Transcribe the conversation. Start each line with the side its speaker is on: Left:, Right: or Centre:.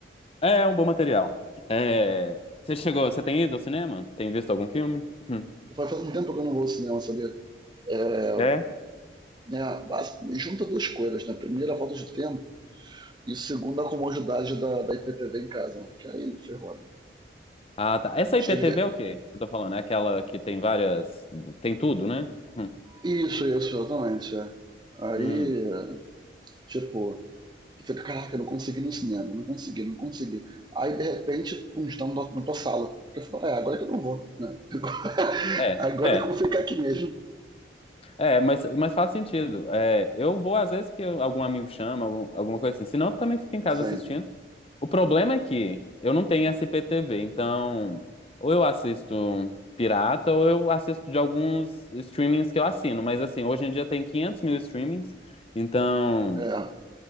Left: é um bom material. É, você chegou... Você tem ido ao cinema? Tem visto algum filme? <clears throat>
Right: Faz faz um tempo que eu não vou ao cinema, sabia? É,
Left: É.
Right: É, junta duas coisas, né? Primeiro, a falta de tempo, e segundo, a comodidade da, da IPTV em casa, né? Que aí ferrou, né?
Left: Ah, tá. Essa
Right: Chega-
Left: IPTV é o quê? Eu tô falando, é aquela que tem várias. Tem tudo, né? Hum,
Right: Isso, isso, exatamente. é. Aí,
Left: hum.
Right: é, tipo, tu fica, caraca, eu não consegui ir no cinema, eu não consegui, não consegui. Aí, de repente, pum, está na, na tua sala. Aí Tu é, agora que eu não vou, né? <laughs>
Left: É,
Right: Agora
Left: é.
Right: é que eu vou ficar aqui mesmo.
Left: É, mas, mas faz sentido. É, eu vou às vezes que eu- algum amigo chama, algum- alguma coisa assim. Se não, eu também fico em casa
Right: Sim,
Left: assistindo. O problema é que eu não tenho essa IPTV, então ou eu assisto um pirata ou eu assisto de alguns streamings que eu assino. Mas assim, hoje em dia tem 500 mil streamings, então
Right: é.